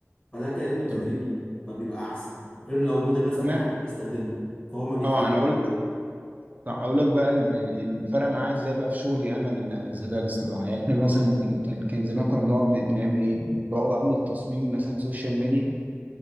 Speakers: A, on the left; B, on the right.
A: فده كأنه تدريب
B: تمام
A: فبيبقى احسن غير لو موديل مثلا
B: تمام
A: ما حدش بيستخدمه فهو ما بيتعلمش
B: اه انا اقول
A: حاجه
B: طب اقول لك بقى ال- الفرق معايا ازاي بقى في شغلي انا الذكاء الاصطناعي يعني احنا مثلا
A: قول لي
B: كان كان زمان كنا بنقعد بنعمل ايه؟ بقعد اعمل تصميم مثلا سوشيال ميديا